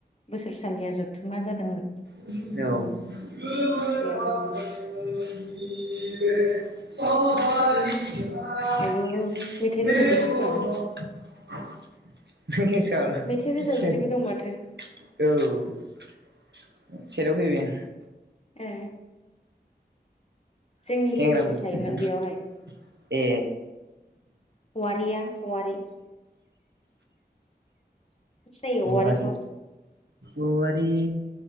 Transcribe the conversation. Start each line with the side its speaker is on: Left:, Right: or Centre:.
Left: बोसोरसालिया जोब थुमा जादोंमोन।
Right: औ
Left: बेयाव थांदों
Right: <inaudible>
Left: आयौ
Right: <inaudible>
Left: मेथाइ रोजाबबाय सोरबा
Right: <inaudible>
Left: मेथाइ रोजाबगिरिबो दं माथो
Right: सेराव फैबाय आ
Left: ए। जोंनि
Right: सेंग्राफोर
Left: लोगोबो थायोमोन
Right: बिदिनो थानो
Left: बेयावहाय
Right: ए
Left: वारिया वारि। सिनायो
Right: औवारि
Left: वारिखौ
Right: औवारि।